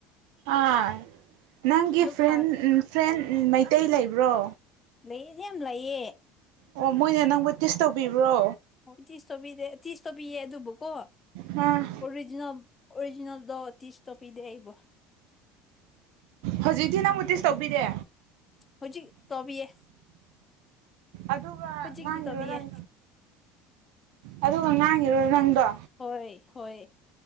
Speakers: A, on the right (about 75°); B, on the left (about 30°).
A: ꯑꯥ ꯅꯪꯒꯤ
B: ꯂꯨꯛ
A: ꯐ꯭ꯔꯦꯟ
B: ꯍꯥ
A: ꯐ꯭ꯔꯦꯟ ꯃꯩꯇꯩ ꯂꯩꯕ꯭ꯔꯣ
B: ꯂꯩꯌꯦꯗꯤ ꯌꯥꯝ ꯂꯩꯌꯦ
A: ꯑꯣ ꯃꯣꯏꯅ ꯅꯪꯕꯨ ꯇꯤꯁ ꯇꯧꯕꯤꯕ꯭ꯔꯣ
B: ꯍꯣꯏ ꯇꯤꯁꯕꯤꯗꯦ ꯇꯤꯁ ꯇꯧꯕꯤꯌꯦ ꯑꯗꯨꯕꯨꯀꯣ
A: ꯑꯥ
B: ꯑꯣꯔꯤꯖꯤꯅꯦꯜ ꯑꯣꯔꯤꯖꯤꯅꯦꯜꯗꯣ ꯇꯤꯁꯇꯧꯕꯤꯗꯦ ꯑꯩꯕꯨ
A: ꯍꯧꯖꯤꯛꯇꯤ ꯅꯪꯕꯨ ꯇꯤꯁ ꯇꯧꯕꯤꯗꯦ
B: ꯍꯧꯖꯤꯛ ꯇꯧꯕꯤꯌꯦ
A: ꯑꯗꯨꯒ
B: ꯍꯧꯖꯤꯛꯇꯤ
A: ꯉꯥꯡꯉꯤꯔꯣ
B: ꯇꯧꯕꯤꯌꯦ
A: ꯅꯪ ꯑꯗꯨꯒ ꯉꯥꯡꯉꯤꯔꯣ ꯅꯪꯗꯣ
B: ꯍꯣꯏ ꯍꯣꯏ